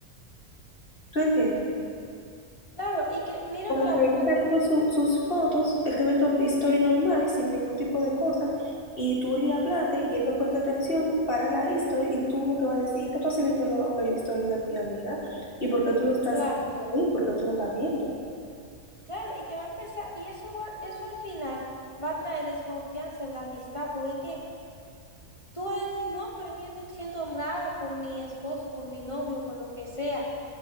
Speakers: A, on the left; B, on the left.
A: ¿tú entiendes?
B: claro, y que mira
A: Como
B: otra
A: que él
B: cosa,
A: está viendo su- sus fotos, él está viendo historia normal, sin ningún tipo de cosa, y tú le hablaste y él va a ponerte atención para la historia y tú lo que vas a decir, que tú estás viendo lo, el historia de mi amiga? ¿Y por qué tú lo estás
B: claro,
A: ahí? ¿Por qué tú lo estás viendo?
B: claro, y que va a empezar, y eso va, eso al final va a traer desconfianza en la amistad, porque es que tú vas a decir, no, pero es que yo te siento rara con mi esposo, con mi novio, con lo que sea.